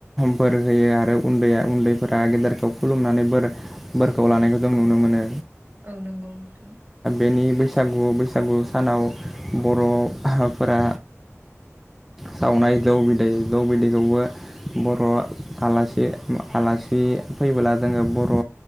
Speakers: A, in the centre; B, on the right.
A: बोर होयो आरो उन्दैआ उन्दैफोरा गेदेरखौ खुलुमनानै बोर बोरखौ ला नायखौ जों नुनो मोनो।
B: औ नंगौ नोंथां।
A: बिनि बैसागु बैसागु सानाव बर'फोरा सावनाय जौ बिदै जौ बिदैखौबो बर' आलासि आलासि फैबोब्ला जोङो बर'